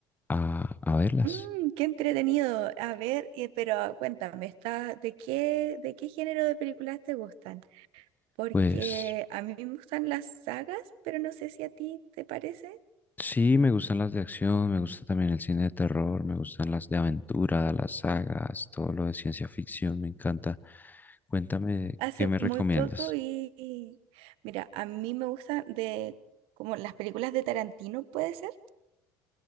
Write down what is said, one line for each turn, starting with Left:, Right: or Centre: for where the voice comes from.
Left: a, a verlas.
Right: Mm, qué entretenido. A ver, eh, pero cuéntame, ¿estás- de qué, de qué género de películas te gustan? Porque
Left: Pues
Right: a mí me gustan las sagas, pero no sé si a ti te parece.
Left: Sí, me gustan las de acción, me gusta también el cine de terror, me gustan las de aventura, las sagas, todo lo de ciencia ficción, me encanta. Cuéntame,
Right: Hace
Left: ¿qué me
Right: muy
Left: recomiendas?
Right: poco vi, y- mira, a mí me gustan de como las películas de Tarantino, ¿puede ser?